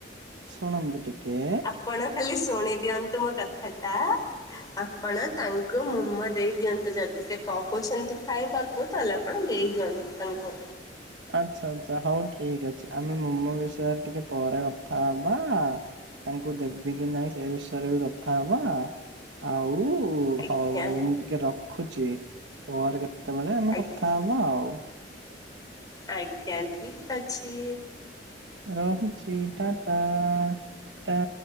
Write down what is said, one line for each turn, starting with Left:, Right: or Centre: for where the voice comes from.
Right: ଶୁଣନ୍ତୁ ଟିକେ
Left: ଆପଣ ଖାଲି ଶୁଣି ଦିଅନ୍ତୁ ମୋ କଥାଟା ଆପଣ ତାଙ୍କୁ ମୋମୋ ଦେଇ ଦିଅନ୍ତୁ ଯଦି ସେ କହୁଛନ୍ତି। ଖାଇବାକୁ ତାହେଲେ ଆପଣ ଦେଇଦିଅନ୍ତୁ ତାଙ୍କୁ।
Right: ଆଚ୍ଛା ଆଚ୍ଛା ହଉ ଠିକ୍ ଅଛି ଆମେ ମୋମୋ ବିଷୟରେ ଟିକେ ପରେ କଥା ହବା। ତାଙ୍କୁ ଦେବି କି ନାଇଁ ସେ ବିଷୟରେ ବି କଥା ହବା ଆଉ
Left: ଆଜ୍ଞା
Right: ହଉ ଏବେ ମୁଁ ଟିକେ ରଖୁଛି ପଅରେ କେତେବେଳେ ଆମେ
Left: ଆଜ୍ଞା
Right: କଥା ହବ ଆଉ।
Left: ଆଜ୍ଞା ଠିକ୍ ଅଛି।
Right: ରହୁଛି ଟା ଟା ଟା।